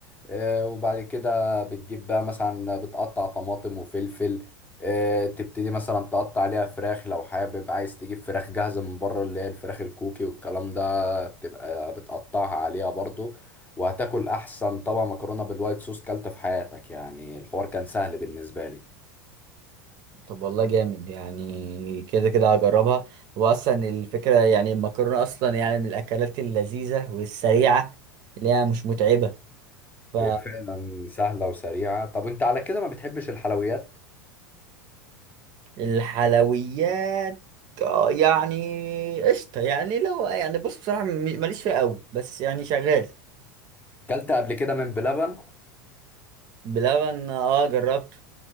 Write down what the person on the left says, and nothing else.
آه، وبعد كده بتجيب بقى مثلا بتقطع طماطم وفلفل آه، تبتدي مثلا تقطع عليها فراخ لو حابب عايز تجيب فراخ جاهزة من بره اللي هي الفراخ الكوكي والكلام ده بتبقى بتقطعها عليها برضو وهتاكل أحسن طبعا مكرونة بالوايت صوص كلته في حياتك يعني الحوار كان سهل بالنسبة لي
هي فعلا سهلة وسريعة طب انت على كده ما بتحبش الحلويات؟
كلت قبل كده من بلبن؟